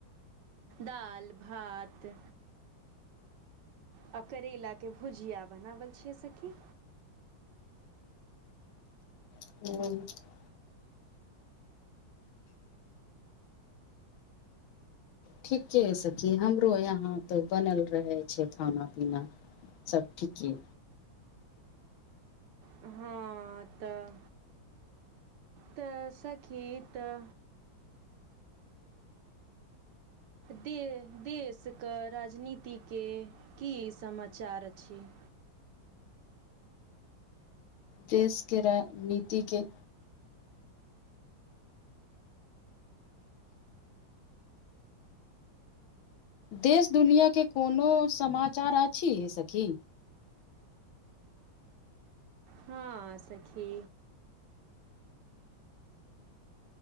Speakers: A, on the right; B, on the left.
A: दाल-भात आ करैलाके भुजिया बनाबल छियै सखी
B: <unintelligible> ठीके ये सखी हमरो यहाँ तऽ बनल रहय छैय खाना-पीना। सब ठीके
A: हँ। ह तऽ तऽ सखी तऽ दे देशके राजनीतिके की समाचार छैय।
B: देशके राज नीतिके देश दुनिया के कोनो समाचार अछि सखी।
A: हाँ सखी।